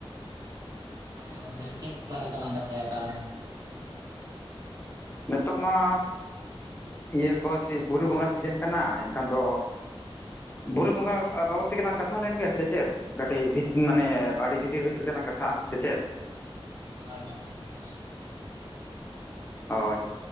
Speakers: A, on the right; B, on the left.
A: <inaudible> ᱟᱸ ᱫᱟᱨᱮ ᱪᱮᱫ ᱵᱟᱨᱮ ᱛᱟᱞᱟᱝ ᱠᱟᱛᱷᱟᱭᱟ ᱛᱟᱦᱮᱞᱮ?
B: ᱱᱮᱛᱚᱜ ᱢᱟ ᱤᱭᱟᱹ ᱠᱚ ᱥᱮ ᱵᱩᱨᱩ ᱵᱚᱸᱜᱟ ᱥᱤᱡᱮᱱ ᱠᱟᱱᱟ ᱮᱱᱠᱷᱟᱱ ᱫᱚ, ᱵᱩᱨᱩ ᱵᱚᱸᱜᱟᱜ ᱟ ᱵᱟᱵᱚᱛ ᱛᱮᱜᱮᱞᱟᱝ ᱠᱟᱛᱷᱟ ᱞᱮᱱ ᱜᱮᱭᱟ ᱥᱮ ᱪᱮᱫ? ᱠᱟᱹᱴᱤᱡᱽ ᱵᱤᱛ ᱢᱟᱱᱮ ᱟᱹᱰᱤ ᱵᱷᱤᱛᱤᱨ ᱵᱷᱤᱛᱤᱨ ᱛᱮᱞᱟᱝ ᱠᱟᱛᱷᱟ ᱥᱮ ᱪᱮᱫ?
A: ᱦᱳᱭ ᱦᱳᱭ
B: ᱦᱳᱭ!